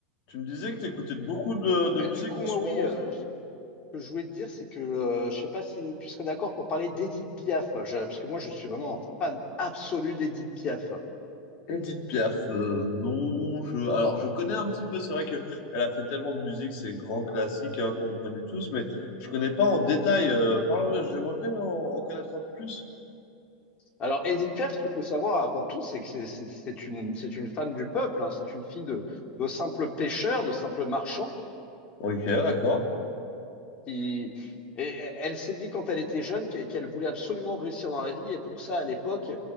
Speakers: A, on the left; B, on the left.
A: Tu me disais que tu écoutais beaucoup de, de
B: Euh,
A: musique
B: du coup,
A: en
B: moi,
A: ce
B: oui,
A: moment.
B: euh, ce que ce que je voulais te dire, c'est que euh, je sais pas si tu serais d'accord pour parler d'Edith Piaf, Je- parce que moi, je suis vraiment un fan absolu d'Edith Piaf.
A: Edith Piaf, euh, non, je, alors je connais un petit peu, c'est vrai que elle a fait tellement de musique, c'est grand classique hein, qu'on connaît tous, mais je connais pas en détail. Euh, parle, ouais, j'aimerais bien en, en connaître un peu plus.
B: Alors, Edith Piaf, ce qu'il faut savoir avant tout, c'est que c'est c'est- c'est une, c'est une femme du peuple, hein. c'est une fille de, de simples pêcheurs, de simples marchands,
A: Ok, d'accord.
B: qui, et elle s'est dit quand elle était jeune qu'elle qu'elle voulait absolument réussir dans la vie, et pour ça, à l'époque,